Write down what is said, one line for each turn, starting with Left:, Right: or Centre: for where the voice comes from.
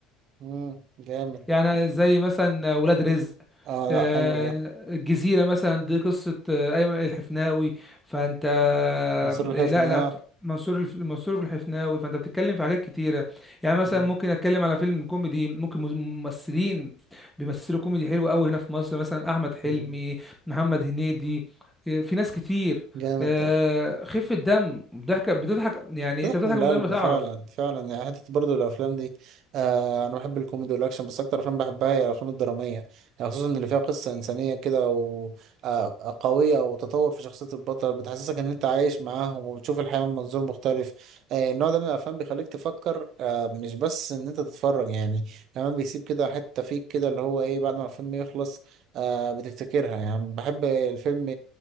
Right: امم جامد
Centre: يعني زي مثلا ولاد رزق
Right: اه لا
Centre: آه،
Right: حلو ده
Centre: الجزيرة مثلا دي قصة آه، أيمن الحفناوي فأنت آه،
Right: منصور الحفني
Centre: لا لا
Right: اه
Centre: ف- منصور الف- منصور في الحفناوي فأنت بتتكلم في حاجات كتيرة يعني مثلا
Right: مم.
Centre: ممكن أتكلم على فيلم كوميدي ممكن مز- ممثلين بيمثلوا كوميدي حلو قوي هنا في مصر مثلا أحمد حلمي
Right: مم.
Centre: محمد هنيدي آه، في ناس كتير
Right: جامد
Centre: آه، خفة دم ضحكة بتضحك يعني
Right: بتحكم
Centre: أنت بتضحك
Right: القلب
Centre: من غير ما تعرف
Right: فعلا فعلا يعني حتة برضو الأفلام دي آه أنا بحب الكوميدي والأكشن بس أكتر أفلام بحبها هي الأفلام الدرامية يعني خصوصا اللي فيها قصة إنسانية كده و آه آه، قوية وتطور في شخصية البطل بتحسسك إن أنت عايش معاهم وبتشوف الحياة من منظور مختلف آه النوع ده من الأفلام بيخليك تفكر آه مش بس إن أنت تتفرج يعني كمان بيسيب كده حتة فيك كده اللي هو إيه بعد ما الفيلم يخلص آه بتفتكرها يعني بحب الفيلم